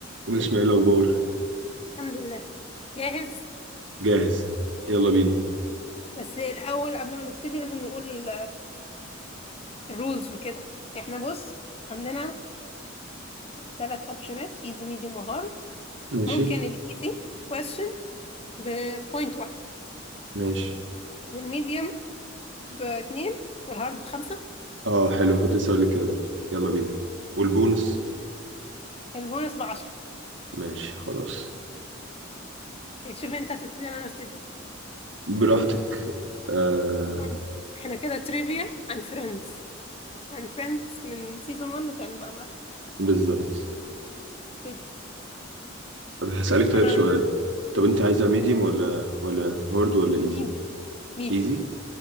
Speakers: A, on the right (about 70°); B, on the left (about 30°).
A: ومن اسماعيل الاخبار
B: الحمد لله جاهز
A: جاهز يلا بينا
B: بس الأول قبل ما نبتدي لازم نقول الرولز وكده احنا بص عندنا ثلاث اوبشنات ايزي ميديوم وهارد
A: ماشي
B: ممكن الايزي كويستشن بوينت واحد
A: ماشي
B: والميديوم باتنين والهارد بخمسة
A: اه حلو كنت لسه هقول لك كده برضه يلا بينا والبونس
B: اوكي البونص بعشرة
A: ماشي خلاص
B: اوكي شوف انت هتبتدي ولا انا ابتدي
A: براحتك آه
B: اصلا احنا كده تريفيا عن فريندز عن فريندز من سيزون 1 لكان بقى براحتك
A: بالظبط
B: ابتدي
A: طب هسألك طيب
B: انا
A: سؤال
B: عايز
A: طب انت عايزها ميديوم ولا ولا هارد ولا ايزي
B: ميديوم ميديوم
A: ايزي